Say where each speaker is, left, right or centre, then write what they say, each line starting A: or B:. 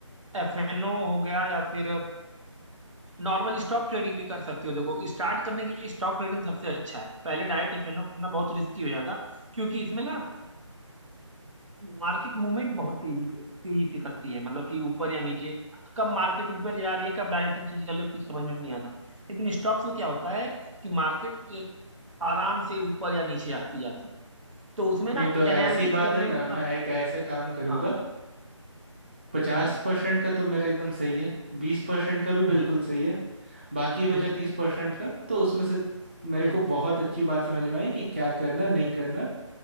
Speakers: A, on the right; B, on the right.
A: एफएनओ हो गया या फिर नॉर्मल स्टॉक ट्रेडिंग भी कर सकती हो देखो स्टार्ट करने के लिए स्टॉक ट्रेडिंग सबसे अच्छा है पहले डायरेक्ट एफएनओ करना बहुत रिस्की हो जाएगा क्योंकि इसमें ना मार्केट मूवमेंट बहुत तेजी तेजी से करती है मतलब कि ऊपर या नीचे कब मार्केट ऊपर जा रही है कब डायरेक्शन चेंज कर ले कुछ समझ में नहीं आता लेकिन स्टॉक्स में क्या होता है कि मार्केट एक आराम से ऊपर या नीचे आती जाती है तो उसमें ना
B: नहीं तो
A: एनालिसिस
B: ऐसी बात
A: करने
B: है ना
A: में
B: मैं
A: सब
B: एक ऐसा काम करूंगा
A: हाँ
B: पचास
A: हम्म
B: परसेंट का तो मेरा एकदम सही है बीस परसेंट का भी बिल्कुल
A: हम्म
B: सही है बाकी बचा
A: हम्म
B: तीस परसेंट का तो उसमें से मेरे
A: हम्म
B: को बहुत अच्छी बात समझ में आई कि क्या करना नहीं करना